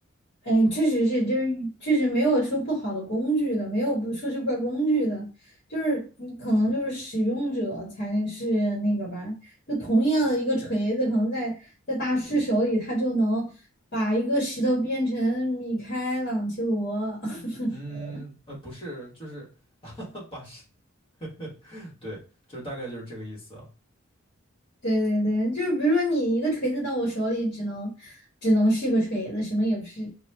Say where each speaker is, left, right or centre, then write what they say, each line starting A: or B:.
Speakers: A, on the left; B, on the left.
A: 哎，确实是，就是确实没有说不好的工具的，没有不说是怪工具的，就是你可能就是使用者才是那个吧。就同样的一个锤子，可能在在大师手里，他就能把一个石头变成米开朗基罗。<laughs>
B: 嗯，呃，不是，就是 <laughs> 把是，<laughs> 对，就是大概就是这个意思啊。
A: 对对对，就是比如说你一个锤子到我手里，只能只能是一个锤子，什么也不是。